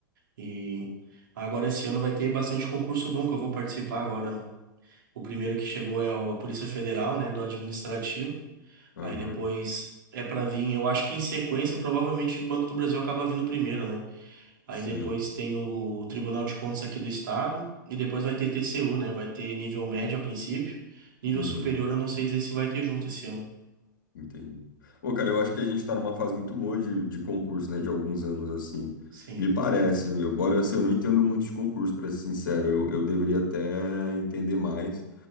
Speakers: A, on the right; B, on the left.
A: E agora esse ano vai ter bastante concurso bom que eu vou participar agora. O primeiro que chegou é o- a Polícia Federal, né, do administrativo.
B: Aham.
A: Aí depois é pra vir, eu acho que em sequência, provavelmente o Banco do Brasil acaba vindo primeiro, né? Aí
B: Sim.
A: depois tem o Tribunal de Contas aqui do Estado. E depois vai ter TCU, né? Vai ter nível médio a princípio. Nível
B: Uhum.
A: superior eu não sei dizer se vai ter junto esse ano.
B: Entendi. Pô, cara, eu acho que a gente tá numa fase muito boa de, de concurso, né? De alguns anos, assim.
A: Sim,
B: Me parece, embora assim, eu não entendo muito de concurso, pra ser sincero. Eu, eu deveria até entender mais.